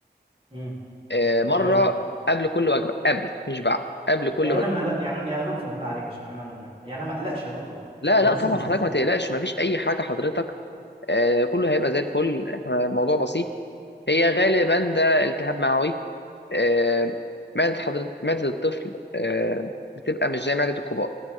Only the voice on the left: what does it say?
آه، مره
قبل كل وجبه قبل مش بعد قبل كل
وجبه
لا
لا
طبعا
حضرتك ما تقلقش ما فيش اي حاجه حضرتك آه، كله هيبقى زي الفل احنا الموضوع بسيط هي غالبا ده التهاب معوي آه، معدة حضرتك معدة الطفل آه، بتبقى مش زي معدة الكبار